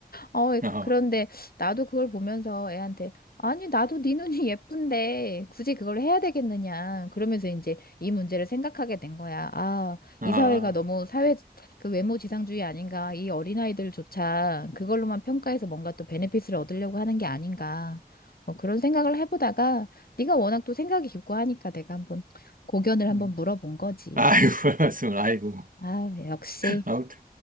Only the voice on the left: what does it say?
어, 예, 그,
그런데 나도 그걸 보면서 애한테 아니, 나도 네 눈이 <laughs> 예쁜데 굳이 그걸 해야 되겠느냐. 그러면서 이제 이 문제를 생각하게 된 거야. 아,
이 사회가 너무 사회 그 외모 지상주의 아닌가. 이 어린아이들조차 그걸로만 평가해서 뭔가 또 베네핏을 얻으려고 하는 게 아닌가. 어, 그런 생각을 해보다가 네가 워낙 또 생각이 깊고 하니까 내가 한번 고견을 한번
물어본 거지.
아, 역시.